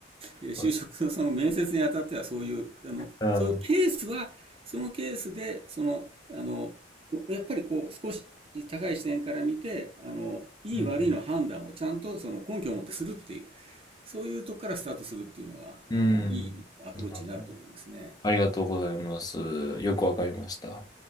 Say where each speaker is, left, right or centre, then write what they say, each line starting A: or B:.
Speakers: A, on the right (about 30°); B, on the left (about 20°).
A: えー就職のその面接にあたってはそういう、
B: そう
A: あの、
B: うん。
A: そういうケースは、そのケースで、その、あの、やっぱりこう、少し高い視点から見て、あの、いい悪いの判断をちゃんとその根拠を持ってするっていう、
B: うん。
A: そういうとこからスタートするっていうのが、
B: うんなるほど。
A: あの、いいアプローチになると思いますね。
B: ありがとうございます。よくわかりました。